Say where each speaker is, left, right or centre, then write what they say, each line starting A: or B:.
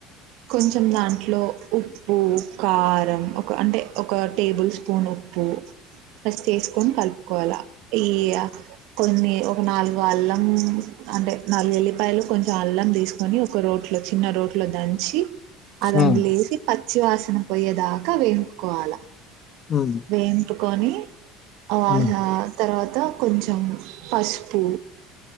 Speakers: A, on the right (about 70°); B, on the left (about 45°).
A: కొంచెం దాంట్లో ఉప్పు కారం ఒక అంటే ఒక టేబుల్ స్పూన్ ఉప్పు ఫస్ట్ వేసుకొని కలుపుకోవాల ఈయా కొన్ని ఒక నాలుగు అల్లం అంటే నాలుగు ఎల్లిపాయలు కొంచెం అల్లం తీసుకొని ఒక రోట్లో చిన్న రోట్లో దంచి అలాంధు
B: ఉమ్
A: వేసి ప పచ్చివాసన పోయే దాకా వెంపుకోవాలా
B: ఉమ్
A: వంపు కొనీ ఆహా
B: ఉమ్
A: తర్వా త కొంచం పసుపు